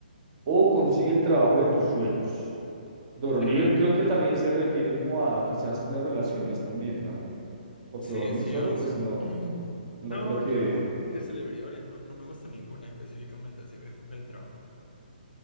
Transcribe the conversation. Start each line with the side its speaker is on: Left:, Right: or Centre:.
Right: o consigue el trabajo de tus sueños. Dormir
Left: <laughs>
Right: creo que también se refiere como a quizás tener relaciones también, ¿no? porque
Left: Sí,
Right: dormir
Left: sí,
Right: solo,
Left: o
Right: pues
Left: sea.
Right: no,
Left: <clears throat> No,
Right: no creo que,
Left: yo de celebridades no, no me gusta ninguna específicamente, así que voy a escoger el trabajo.